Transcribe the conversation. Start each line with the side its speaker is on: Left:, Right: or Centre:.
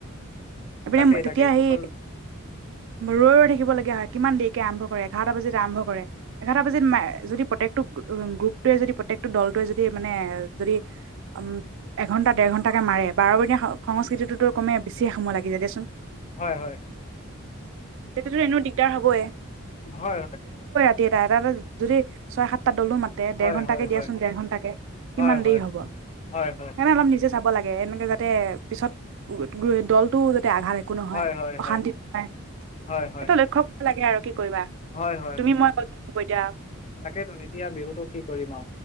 Right: এপিনে
Left: তাকেই
Right: তেতিয়া
Left: তাকেই
Right: সেই
Left: সকল
Right: ৰৈ-ৰৈ থাকিব লগীয়া হয়, কিমান দেৰিকে আৰম্ভ কৰে এঘাৰটা বজিত আৰম্ভ কৰে, এঘাৰতা বাজিত মাৰে, যদি প্ৰত্যেকটো উম গ্ৰূপটোৱে যদি প্ৰত্যেকটো দল যদি মানে যদি উম এঘন্টা দেৰ ঘন্টাকে মাৰে বাৰবনিয়া সংস্কৃতিটোতো কমে বেছিয়ে সময় লাগি যায় দেচোন।
Left: হয়, হয়।
Right: সেইটোতো এনেো দিগদাৰ হবই।
Left: হয়! হয়!
Right: <unintelligible> যদি ছয় সাত এটা দলো মাতে
Left: হয়
Right: দেৰ ঘণ্টাকে
Left: হয়
Right: দিয়াচোন
Left: হয়
Right: দেৰ ঘণ্টা তাকেই, কিমান
Left: হয়
Right: দেৰি
Left: হয় হয়
Right: হ'ব
Left: হয় হয়
Right: সেইকাৰণে অলপ নিজে চাব লাগে এনেকে যাতে পিছত দল টো যাতে আঘাত একো নহয়
Left: হয় হয়
Right: অশান্তি
Left: হয়
Right: নয়
Left: হয় হয়
Right: এইটো লক্ষ্য কৰিব লাগে আৰু। কি কৰিবা
Left: হয় হয়
Right: তুমি মই ক ব এতিয়া
Left: তাকেইতোন এতিয়া বিহুটো কি কৰিম আৰু